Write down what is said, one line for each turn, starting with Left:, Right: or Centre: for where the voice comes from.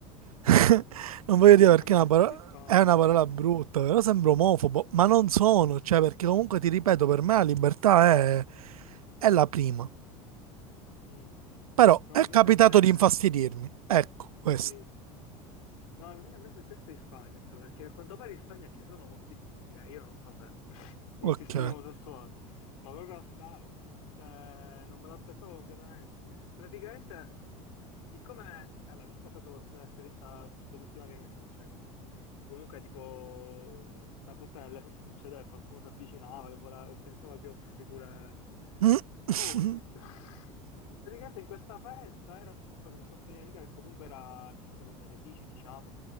Right: <laughs> Non voglio dire perché
Left: A me
Right: è una
Left: è successo
Right: parola...
Left: in Spagna.
Right: È una parola brutta, però sembro omofobo, ma non sono, cioè perché comunque ti ripeto, per me la libertà è, è la prima.
Left: Mm.
Right: Però
Left: No,
Right: è
Left: invece
Right: capitato
Left: a me
Right: di infastidirmi. Ecco, questo.
Left: sì. No, invece a me è successo in Spagna, sto- perché a quanto pare in Spagna ci sono moltissimi gay, io non lo sapevo. <laughs> Moltissimi
Right: Ok.
Left: omosessuali, ma proprio assai. Cioè, non me l'aspettavo completamente. Praticamente, siccome, allora, questa è proprio l'esperienza, forse l'ultima che mi è successa. Che comunque tipo a volte nella stessa succedeva che qualcuno si avvicinava, che voleva- pensava che io fossi pure...
Right: Mm.
Left: Comunque,
Right: <laughs>
Left: <laughs> praticamente in questa festa ero con questa mia amica che comunque era amicizia con benefici, diciamo.